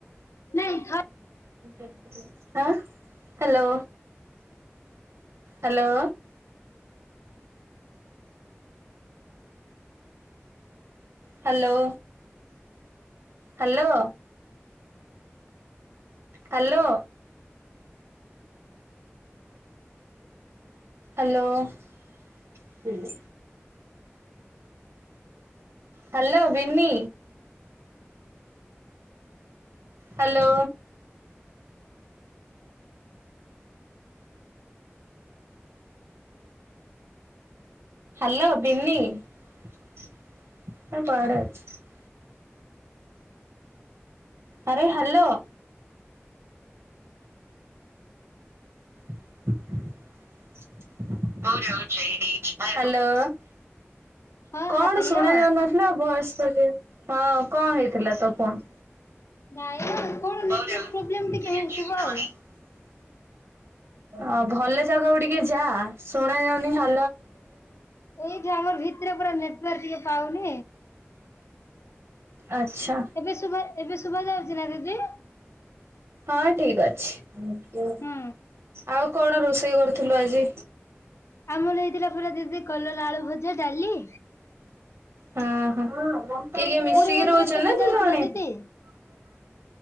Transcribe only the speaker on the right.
ହଁ hello hello. Hello. Hello. Hello. Hello ଓ। ହାଲୋ ବିିନି। ହାଲୋ। ହାଲୋ ବିନି। <unintelligible> ଆରେ ହ୍ୟାଲୋ। ରି ଈ ରି ହ୍ୟାଲୋ।
କଣ
ଶୁଣା ଯାଉନଥିଲା ଭୟେସ ହଁ କଣ ହେଇଥିଲା ତ କନ୍।
<inaudible>
ଅ ଭଲ ଜାଗାକୁ ଟିକେ ଯା ଶୁଣା ଯାଉନି ଆଉ
ଆଚ୍ଛା
ହଁ ଠିକ ଅଛି।
ଆଉ। କଣ ରୋଷେଇ କରୁଥିଲୁ ଆଜି?
ହଁ କିଏ କିଏ ମିଶିକି
ରହୁଛ
ନା ତୁ
ଜଣେ?